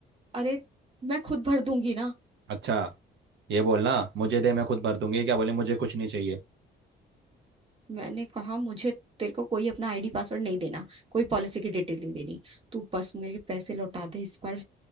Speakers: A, on the right; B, on the right.
A: अरे मैं खुद भर दूंगी ना
B: अच्छा ये बोलना मुझे दे मैं खुद भर दूंगी क्या बोले मुझे कुछ नहीं चाहिए
A: मैंने कहा मुझे तेरे को कोई अपना आईडी पासवर्ड नहीं देना कोई पॉलिसी की डिटेल नहीं देनी तू बस मेरे पैसे लौटा दे इस बार